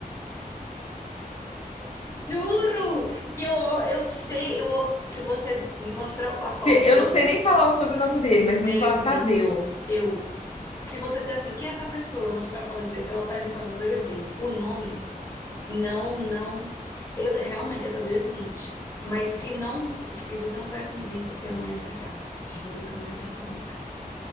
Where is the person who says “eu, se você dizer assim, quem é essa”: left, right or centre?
Left